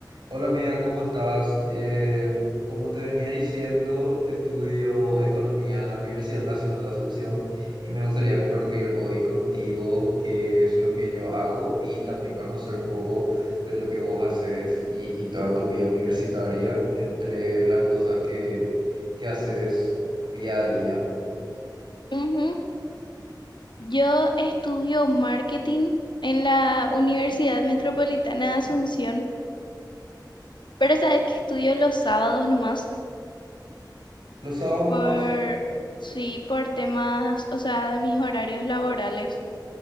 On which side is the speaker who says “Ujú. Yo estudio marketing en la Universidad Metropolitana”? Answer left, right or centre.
Left